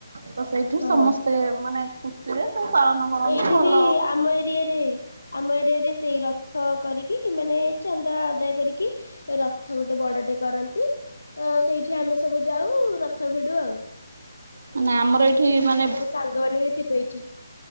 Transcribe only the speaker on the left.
ହଁ
ଏଇଠି
ବି ଆମ ଏରିଆରେ ଆମ ଏରିଆ ରେ ସେଇ ରଥ କରିକିମାନେ ଚାନ୍ଦା ଆଦାୟ କରିକି--! କି ରଥ ଗୋଟେ ବଡଟେ କରନ୍ତି। ତ ସେଇଠି ଆମେ ସବୁ ଯାଉ ରଥ ଭିଡୁ ଆଉ।
ସବୁ ସାଙ୍ଗମାନେ ବି ଥିବେ ଏଇଠି।